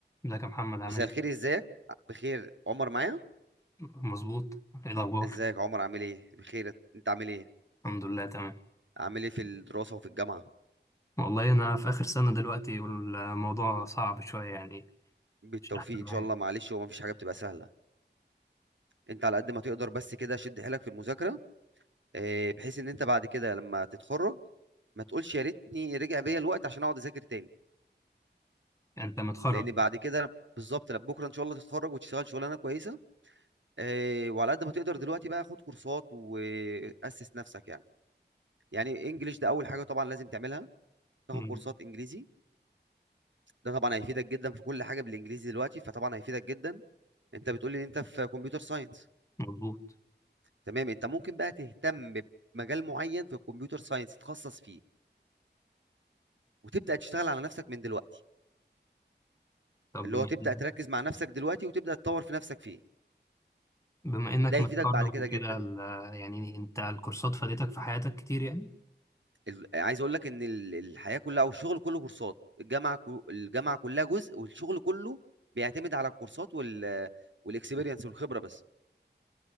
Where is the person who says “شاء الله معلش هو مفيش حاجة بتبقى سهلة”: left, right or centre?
Right